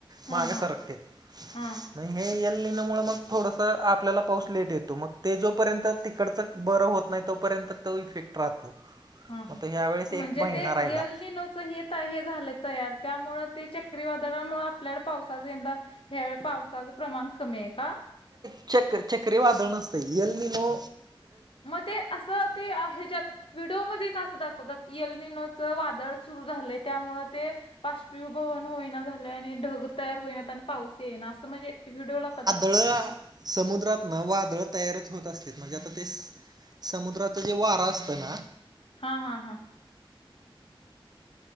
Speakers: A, on the left; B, on the right.
A: हा
B: माग
A: हा
B: सरकतेत.
A: हा
B: मग हे एललिनमुळं मग थोडसं आपल्याला पाऊस लेट येतो मग ते जो जोपर्यंत तिकडच बरं होत नाही तोपर्यंत तो इफेक्ट राहतो.
A: हा
B: मग
A: हा.
B: तो ह्या वेळेस
A: म्हणजे
B: एक महिना
A: ते
B: राहिला
A: यललीनोचं हे त हे झालं तयार त्यामुळं ते चक्रीवादळामुळं आप आपल्याला पावसाचा यंदा ह्यावेळी पावसाचं प्रमाण कमी आहे का?
B: चक्र चक्रीवादळ नसतयं एललिनो
A: मग ते असं ते आ ह्यज्यात व्हिडिओमध्ये का असं दाखवतात एललिनोच वादळ सुरू झालंय त्यामुळ ते पाश्पिभवन होईना झालय आणि ढग तयार होईनात आणि पाऊस येईना असं म्हणजे व्हिडिओला का दाख
B: कळ आ समुद्रात ना वादळ तयारच होत असतेत म्हणजे आता ते स समुद्राचा जे वार असत ना
A: हा हा हा.